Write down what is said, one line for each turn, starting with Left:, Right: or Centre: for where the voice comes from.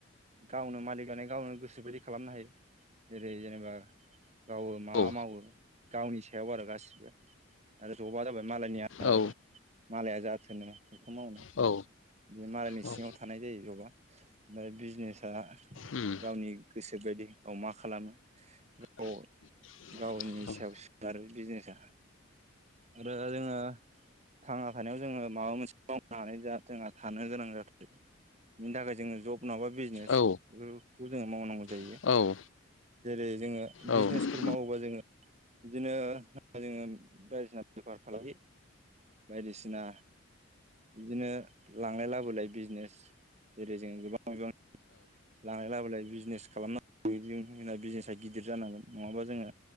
Right: गावनो मालिकआानो गावनो गोसो बायदि खालामनो हायो। जेरै जेनेबा गावो मा
Left: औ
Right: मावो गावनि सायाव आरो गासिबो आरो जबा जाबाय मालायनि आन्दाराव
Left: औ
Right: मालाया जाथोनो बेखौ मावो
Left: औ
Right: बे मालायनि
Left: औ
Right: सिङाव थानाय जायो जबआ ओमफ्राय बिजनेसा
Left: उम
Right: गावनि गोसो बायदि गाव मा खालामो
Left: <inaudible>
Right: गाव गावनि
Left: उम
Right: सायाव सोनारो बिजनेसा आरो जोङो थांना थानायाव जोङो माबा मोनसे मावनानै जोंहा थानो गोनां जाथारो। बिनि थाखाय जोङो जब नङाबा बिजनेस
Left: औ
Right: बेफोरखौ जोङो मावनांगौ जायो।
Left: औ
Right: जेरै जोङो बिजनेसफोर
Left: औ
Right: मावोबा जोङो बिदिनो जोङो बायदिसिना बेफार फालांगि बायदिसिना बिदिनो लांलाय लाबोलाय बिजनेस। जेरै जों गोबां गोबां लांलाय लाबोलाय बिजनेस खालामनांगौ होनना बिजनेसा गिदिर जानांगोन नङाबा जोङो